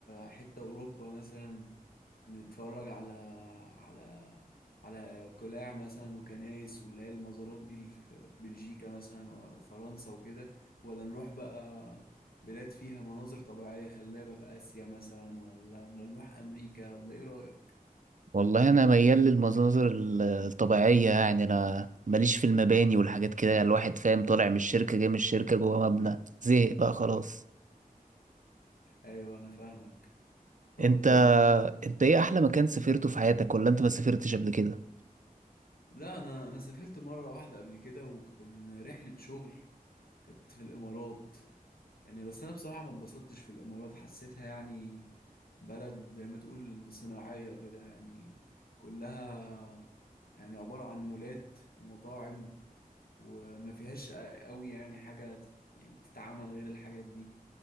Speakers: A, on the left (about 80°); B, on the right (about 55°).
A: حتة اوروبا مثلا نتفرج على على على قلاع مثلا وكنايس واللي هي المزارات دي اللي في في بلجيكا مثلا و- وفرنسا وكده ولا نروح بقى بلاد فيها مناظر طبيعية خلابة في آسيا مثلا ولا ولا نروح أمريكا ولا إيه رأيك؟
B: والله انا ميال للمناظر ال- الطبيعيه يعني انا ماليش في المباني والحاجات كده يعني الواحد فاهم طالع من الشركه جاي من الشركه جوه مبنى زهق بقى خلاص
A: أيوه أنا فاهمك طب
B: انت انت ايه احلى مكان سافرته في حياتك ولا انت ما سافرتش قبل كده
A: لا أنا أنا سافرت مرة واحدة قبل كده وكان رحلة شغل كانت في الإمارات يعني بس انا بصراحة ما اتبسطتش في الامارات حسيتها يعني بلد زي ما تقول صناعية كده يعني كلها يعني عبارة عن مولات ومطاعم وما فيهاش قوي يعني حاجة تت- يعني تتعمل غير الحاجات دي